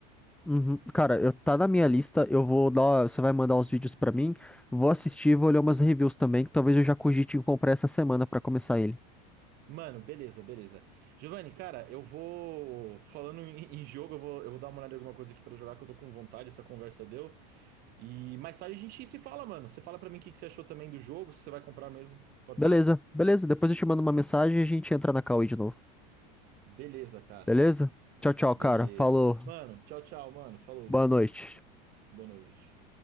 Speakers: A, in the centre; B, on the right.
A: Uhum. Cara, eu, tá na minha lista. Eu vou dar. Você vai mandar os vídeos pra mim. Vou assistir, vou ler umas reviews também. Que talvez eu já cogite em comprar essa semana pra começar ele.
B: Mano, beleza, beleza. Giovanni, cara, eu vou. Falando em, em jogo, eu vou, eu vou dar uma olhada em alguma coisa aqui pra jogar, que eu tô com vontade, essa conversa deu. E mais tarde a gente se fala, mano. Você fala pra mim o que que você achou também do jogo, se você vai comprar mesmo. Pode
A: Beleza,
B: ser?
A: beleza. Depois eu te mando uma mensagem e a gente entra na Cauê de novo.
B: Beleza, cara.
A: Beleza? Tchau, tchau,
B: Beleza.
A: cara. Falou.
B: Mano, tchau, tchau, mano. Falou.
A: Boa noite.
B: Boa noite.